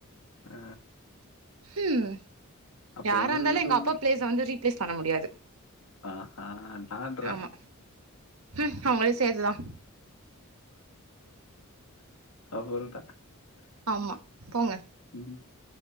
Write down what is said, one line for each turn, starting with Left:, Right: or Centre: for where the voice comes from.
Left: ஆ
Right: ம்
Left: அப்போ
Right: யாராருந்தாலும்
Left: வந்து இதுவுலயு
Right: எங்க அப்பா பிளேஸ் வந்து ரீப்ளேஸ் பண்ண முடியாது
Left: ஆ ஆ நான் ப்ரோ
Right: ஆமா ம் உங்களையும் சேத்துதான்
Left: அப்போறம் டா
Right: ஆமா போங்க
Left: ம்